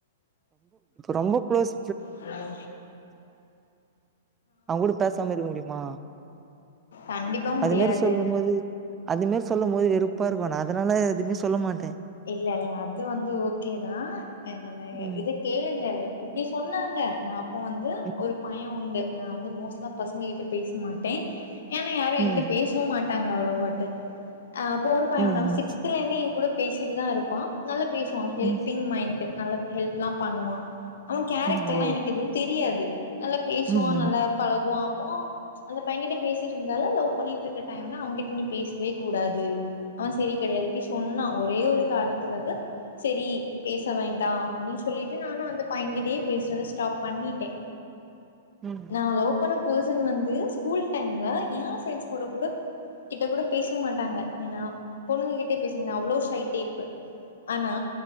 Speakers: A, on the right; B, on the left.
A: ரொம்ப க்ளோஸ்
B: ஹலோ
A: அவன் கூட பேசாம இருக்க முடியுமா
B: கண்டிப்பா முடியாது
A: அது மெரி சொல்லும் போது அதுமாரி சொல்லும் போது வெறுப்பா இருக்கும் நான் அதனால எதுவுமே சொல்ல மாட்டேன்
B: இல்ல இல்ல அது வந்து ஓகே தான் அ
A: ம்
B: இது கேளுங்க இப்டி சொன்னாங்க நான் அப்போ
A: ம்
B: ஒரு பயன் உண்டு நான் வந்து மோஸ்ட்லா பசங்க கிட்ட பேச மாட்டேன் ஏனா யாரும்
A: ம்
B: என்கிட்ட பேச போமாட்டாங்க அவ்ளோ வாட்டு அப்ப ஒரு பையன்
A: ம்
B: வந்து அவன் சிக்ஸ்தல இருந்து கூட பேசிட்டு தான் இருப்பான் நல்லா பேசுவான் ஹெல்பிங்
A: ம்
B: மைண்ட் நல்லா ஹெல்ப் எல்லாம் பண்ணுவான் அவன் கேரக்டர்
A: ம் ஓ
B: எல்லா எனக்கு எதுவும் தெரியாது நல்லா பேசுவான்
A: ம் ம்
B: நல்லா பழகுவான் அப்போ அந்த பையன்கிட்ட பேசிட்டு இருந்தால லவ் பண்ணிட்டு இருக்க டைம்ல அவங்கிட்ட நீ பேசுவ கூடாது அவ செரி கெடையாது இப்டி சொன்னா ஒரே ஒரு காரணத்துக்காக செரி பேச வேண்டா அப்டீன்னு சொல்லிட்டு நானு அந்த பையங்கிட்டயே பேசுறத ஸ்டாப் பண்ணிட்டே
A: உம்
B: நா லவ் பண்ண பர்சன் வந்து ஸ்கூல் டைம்ல ஏ ஃப்ரெண்ட்ஸ் கூட கூட கிட்ட கூட பேச மாட்டாங்க ஏன்னா பொண்ணுங்க கிட்டே பேச மாட்டாங்க அவ்ளோ ஷை டைப்பு ஆனா